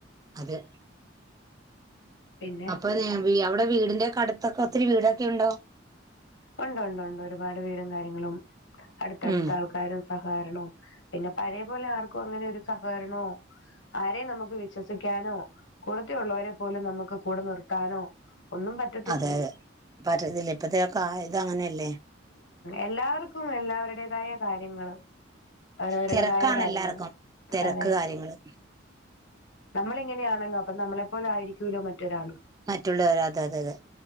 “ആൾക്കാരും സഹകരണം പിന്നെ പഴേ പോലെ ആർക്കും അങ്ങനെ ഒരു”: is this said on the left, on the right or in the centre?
Left